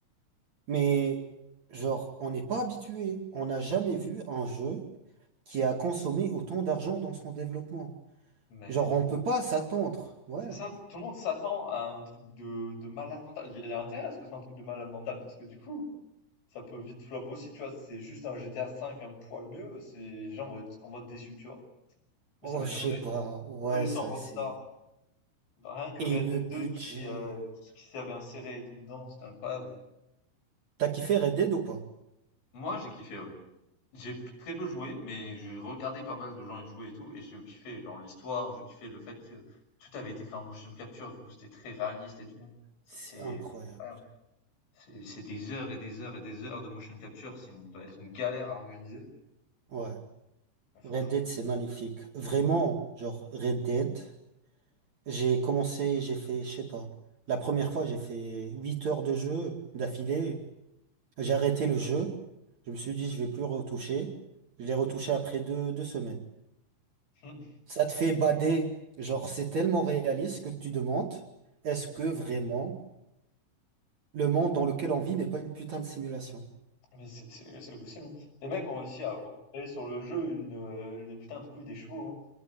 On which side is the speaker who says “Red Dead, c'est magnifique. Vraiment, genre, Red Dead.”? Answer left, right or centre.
Right